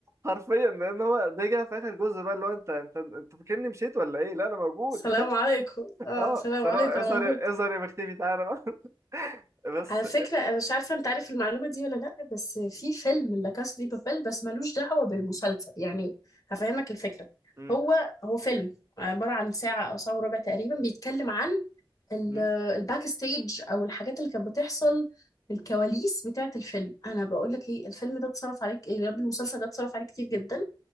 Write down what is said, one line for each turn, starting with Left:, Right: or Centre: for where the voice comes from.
Right: حرفيا لان هو رجع في اخر جزء بقى اللي هو انت انت انت فاكرني مشيت ولا ايه لا انا موجود
Left: السلام
Right: <laughs>
Left: عليكم اه
Right: اه
Left: السلام
Right: ثروت
Left: عليكم
Right: اظهر
Left: انا موجود
Right: اظهر يا مختفي تعالى بقى <laughs> بس
Left: على فكره انا مش عارفه انت عارف المعلومه دي ولا لا بس في فيلم لا كاسا دي بابيل بس ملوش دعوه بالمسلسل يعني هفهمك الفكره
Right: مم.
Left: هو هو فيلم عباره عن ساعه او ساعه وربع تقريبا بيتكلم عن ال-
Right: مم.
Left: الباك ستيج او الحاجات اللي كانت بتحصل الكواليس بتاعت الفيلم انا بقول لك ايه الفيلم ده اتصرف عليك ايه يا رب المسلسل ده اتصرف عليه كتير جدا